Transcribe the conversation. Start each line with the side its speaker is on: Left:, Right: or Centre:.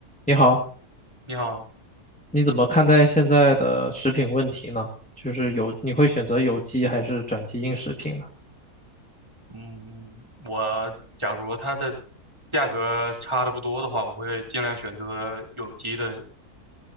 Centre: 你好，
Right: 你好，
Centre: 你怎么看待现在的食品问题呢？就是有，你会选择有机还是转基因食品呢？
Right: 嗯，我假如它的价格差的不多的话，我会尽量选择有机的。